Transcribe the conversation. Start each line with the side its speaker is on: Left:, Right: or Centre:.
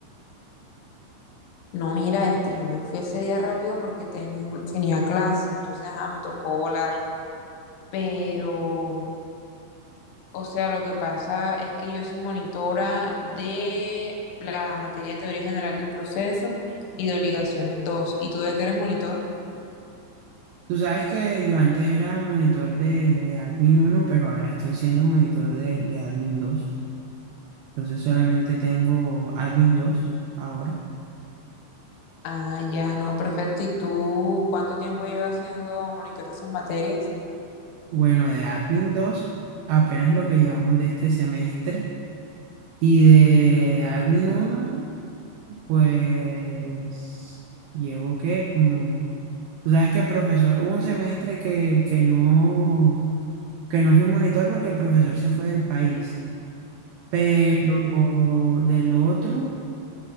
Left: No, mira, este, yo me fui ese día rápido porque tenía, un- tenía clase, entonces ajá, me tocó volar. Pero, o sea, lo que pasa es que yo soy monitora de la materia de teoría general del proceso y de obligaciones 2. ¿Y tú de qué eres monitor?
Right: Tú sabes que yo antes era monitor de, de Admin uno, pero ahora estoy siendo monitor de, de Admin dos? Entonces solamente tengo Admin 2 ahora.
Left: Ah, ya, no, perfecto. ¿Y tú cuánto tiempo llevas siendo monitor de esas materias?
Right: Bueno, de Admin 2 apenas lo que llevamos de este semestre. Y de Admin uno pues llevo que como... Tú sabes que el profesor, hubo un semestre que, que no, que no fui monitor porque el profesor se fue del país. Pero del otro,